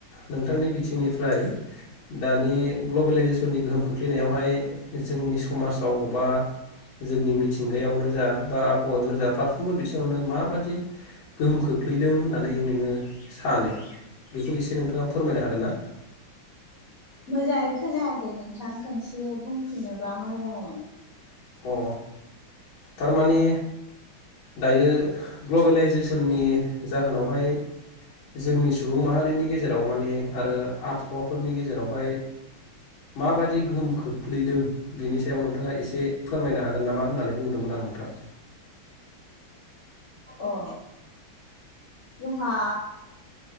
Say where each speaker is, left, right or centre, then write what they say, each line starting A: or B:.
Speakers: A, on the left; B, on the left.
A: नोंथांनि बिथिंनिफ्राय दानि ग्लबेलायजेस ननि गोहोम खोख्लैनायावहाय जोंनि समाजाव बा जोंनि मिथिंगायावनो जा बा आबहावायावनो जा फारफ्रोमबो बिथिङावनो माबादि गोहोम खो खोख्लैदों होननानै नोङो सानो बेखौ एसे नोंथाङा फोरमायनो हागोन ना?
B: मोजाङै खोनायाखै नोंथां खोनसे बुंफिनोबा मोजां जागौमोन।
A: अ तारमाने दायो ग्लबेलाइजेसननि जाहोनावहाय जोंनि सुबुं माहारिनि गेजेराव माने आरो आबहावाफोरनि गेजेरावहाय माबादि गोहोम खोख्लैदों बिनि सायाव नोंथाङा एसे फोरमायनो हागोन नामा होन्नानै बुंदोंमोन आं। नोंथां
B: अ जोंहा